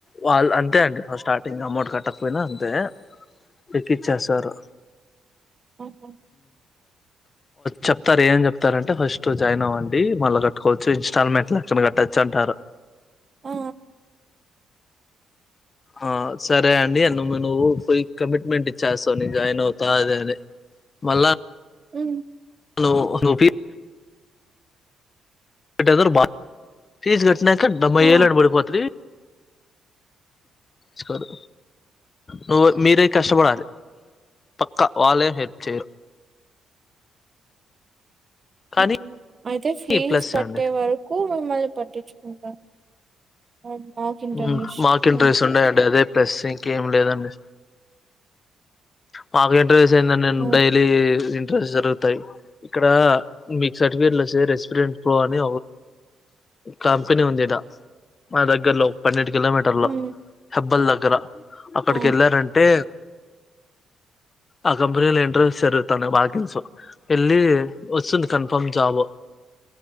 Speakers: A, on the left; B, on the right.
A: వాళ్ళు అంతే అండి స్టార్టింగ్ అమౌంట్ కట్టకపోయినా అంతే ఎక్కిచ్చేస్తారు
B: ఆహా!
A: చెప్తారు ఏం చెప్తారంటే ఫస్ట్ జాయిన్ అవ్వండి మళ్ళా కట్టువచ్చు ఇన్స్టాల్మెంట్ లెక్కన కట్టచ్చు అంటారు
B: ఆ
A: ఆ సరే అండి నువ్వు పోయి కమిట్మెంట్ ఇచ్చేస్తావు నీ జాయిన్ అవుతా అది అని మళ్
B: ఊ
A: లో రూపీ డెసరు బా ఫీస్ కట్నాక డెబ్బై
B: ఆ!
A: ఏలు ఆడ బడిపోతది సుకోదు నువ్వు మీరే కష్టపడాలి పక్కా వాళ్ళేం హెల్ప్ చేయరు కానీ
B: ఊహూ అయితే ఫీస్
A: ప్లస్
B: కట్టేవాడు
A: అండి
B: క్కూ మిమ్మల్ని పట్టించుకుంటాం అ మాక్ ఇంటర్వ్యూస్
A: ఊ మాకు ఇంట్రెస్
B: హ్మ్.
A: ఉండయండి అదే ప్రస్ ఇంకేం లేదండి మాకు ఇంటర్వ్యూస్ అయిందండి నేను
B: ఓహో!
A: డైలీ ఇన్ ట్రి జరుగుతాయి ఇక్కడ మీకు సర్టిఫికెట్లు వస్తే రెస్పిరెంట్ ప్రో అని కంపెనీ ఉంది ఈడ మా దగ్గరలో పన్నెంటికి కిలోమీటర్
B: హ్మ్.
A: లో హెబ్బల్ దగ్గర అక్కడికెళ్ళారంటే
B: ఆ!
A: ఆ కంపెనీలో ఇంటర్వూస్ జరుగుతున్నాయి వాకిన్సు ఎళ్ళి వస్తుంది కన్ఫార్మ్ జాబ్